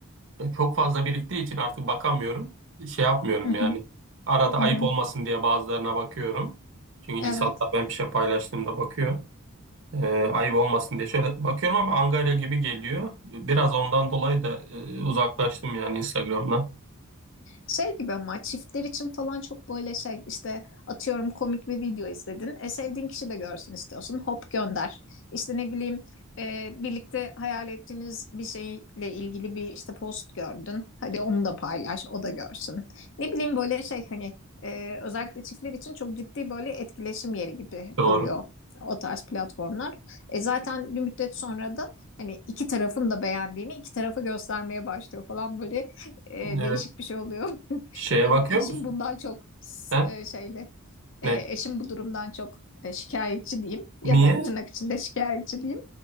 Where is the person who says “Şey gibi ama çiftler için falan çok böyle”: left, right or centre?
Left